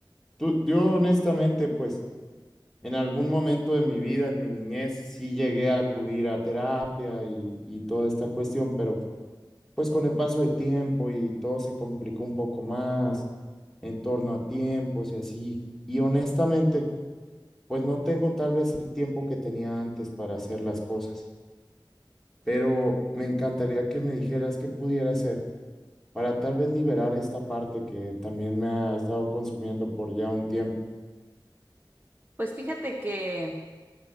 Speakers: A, in the centre; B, on the right (about 25°).
A: Tú, yo honestamente, pues en algún momento de mi vida, en mi niñez, sí llegué a acudir a terapia y, y toda esta cuestión, pero pues con el paso de tiempo y todo se complicó un poco más en torno a tiempos y así. Y honestamente, pues no tengo tal vez el tiempo que tenía antes para hacer las cosas, pero me encantaría que me dijeras qué pudiera hacer. para tal vez liberar esta parte que también me ha estado consumiendo por ya un tiempo,
B: Pues fíjate que